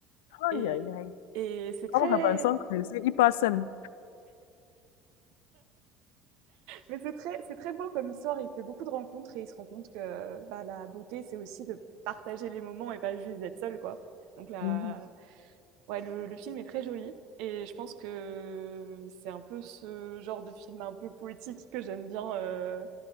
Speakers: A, on the right; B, on the left.
A: Et,
B: aïe aïe aïe,
A: et c'est très,
B: comme Robinson Crusoe, il passe seul.
A: mais c'est très, c'est très beau comme histoire. Il fait beaucoup de rencontres et il se rend compte que bah, la beauté, c'est aussi de partager les moments et pas juste d'être seul, quoi. Donc là,
B: Mhm.
A: ouais, le, le film est très joli. Et je pense que c'est un peu ce genre de film un peu poétique que j'aime bien. euh,